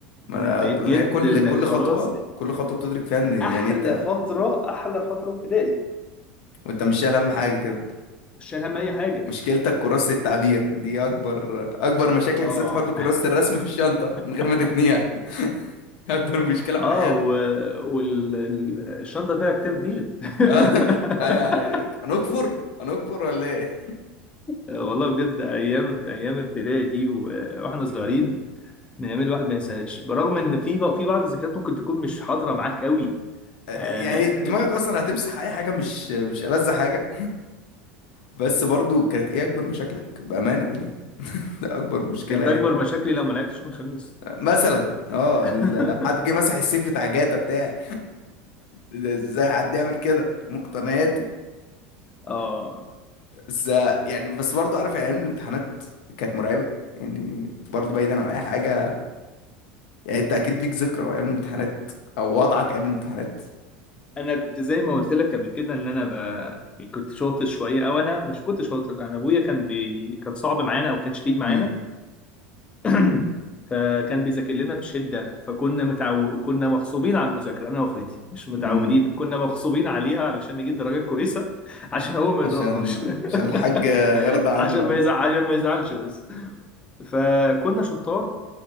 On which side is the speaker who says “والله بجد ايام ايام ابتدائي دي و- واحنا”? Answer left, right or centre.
Left